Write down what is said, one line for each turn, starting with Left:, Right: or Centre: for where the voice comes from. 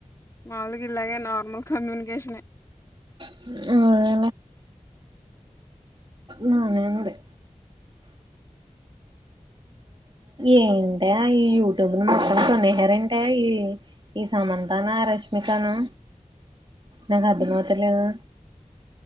Left: మాములుగా ఇలాగే నార్మల్ కమ్యూనికేషన్ ఏ
Right: అదేలే నా నేనుడే ఏంటే ఈ యూట్యూబ్ ను మొత్తం కొనేసారంటే ఈ ఈ సమంతానా రష్మికను నాకు అర్థంమవుతలేదు